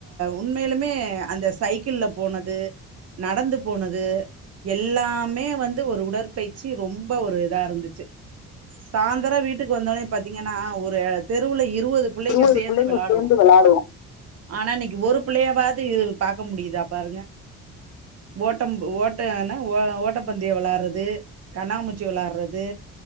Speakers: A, on the right; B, on the left.
A: உண்மையிலுமே அந்த சைக்கிள்ள போனது நடந்து போனது எல்லாமே வந்து ஒரு உடற்பயிற்சி ரொம்ப ஒரு இதா இருந்துச்சு சாந்தரோ வீட்டுக்கு வந்தோனே பாத்தீங்கன்னா ஒரு தெருவுல இருவது பிள்ளைங்க
B: இருவது
A: சேந்து
B: பிள்ளைங்க
A: வெளாடுவோ
B: வெளாடுவோ
A: ஆனா இன்னைக்கு ஒரு பிள்ளையாவது பாக்க முடியுதா பாருங்க ஓட்டம் ஓட்ட எனா ஓ ஓட்டப்பந்தியோ வெளாடுறது கண்ணாமூச் சி வெளாடுறது